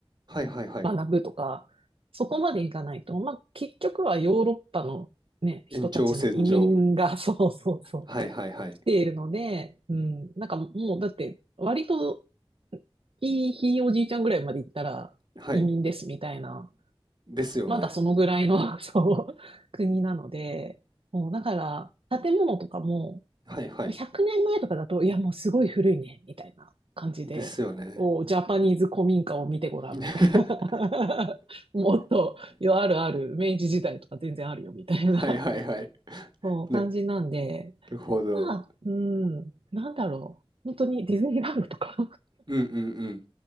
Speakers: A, on the right; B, on the right.
A: はいはいはい。
B: 学ぶとか、そこまでいかないと、まあ、結局はヨーロッパのね、
A: 延長線上
B: 人たちの移民が、<laughs> そうそうそう、
A: はいはいはい。
B: 来ているので、うん、なんかもう、だって、割と、いいひいおじいちゃんぐらいまで行ったら移民ですみたいな、
A: はい。ですよね。
B: まだそのぐらいの、<laughs> そう、国なので、もうだから、建物とかも、
A: はいはい。
B: 100年前とかだと、いや、もうすごい古いね、みたいな感じで、
A: ですよね。
B: お、ジャパニーズ古民家を見てごらん、
A: <laughs>
B: みたいな。<laughs> もっと、いやあるある、明治時代とか全然あるよ、みたいな、
A: はいはいはい。
B: <laughs> そう、
A: な
B: 感じなんで、
A: るほど。
B: まあ、うん、なんだろう。本当にディズニーランドとか
A: うんうんうん。